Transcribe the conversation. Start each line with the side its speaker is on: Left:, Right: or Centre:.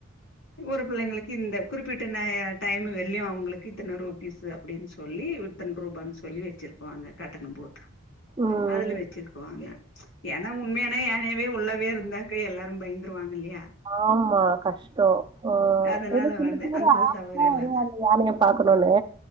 Left: ஒரு பிள்ளைங்களுக்கு இந்த குறிப்பிட்ட ந ய டைம் வெள்ளயு அவங்களுக்கு இத்தன ரூபீஸ்ஸூ அப்டின்னு சொல்லி உட்டன் ரூபான்னு சொல்லி வச்சிர்ப்பாக கட்டணம் போட்டு
Right: ம்
Left: அதுல வச்சிர்பாங்க ஏனா உண்மையான யான வே உள்ளவே இருந்தாக்க எல்லாரும் பயந்துருவாங்க இல்லையா
Right: ஆமா கஷ்ட்டோ ஓ
Left: அதனால
Right: இன்னு சில
Left: வந்து
Right: பேரு
Left: அந்த
Right: ஆர்வமா
Left: சவாரி எல்லா
Right: வருவாங்க யானய பாக்கணும்னு